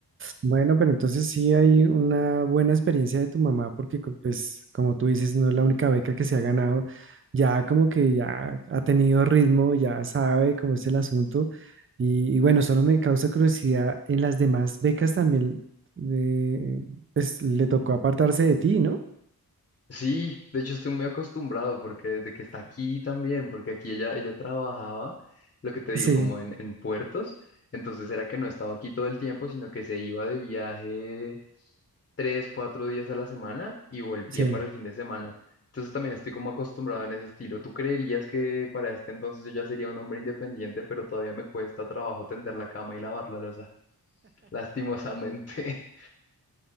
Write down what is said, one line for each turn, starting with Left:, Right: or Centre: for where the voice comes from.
Right: Bueno, pero entonces sí hay una buena experiencia de tu mamá porque co- pues como tú dices, no es la única beca que se ha ganado, ya como que ya ha tenido ritmo, ya sabe cómo es el asunto y, y bueno, solo me causa curiosidad, en las demás becas también eh, pues le tocó apartarse de ti, ¿no?
Left: Sí, de hecho estoy muy acostumbrado porque desde que está aquí también, porque aquí ella, ella trabajaba, lo que te digo,
Right: Sí,
Left: como en, en puertos, entonces era que no estaba aquí todo el tiempo, sino que se iba de viaje tres, cuatro días a la semana y volvía
Right: sí.
Left: para el fin de semana. Entonces también estoy como acostumbrado en ese estilo. ¿Tú creerías que para este entonces yo ya sería un hombre independiente, pero todavía me cuesta trabajo tender la cama y lavar la loza? Lastimosamente,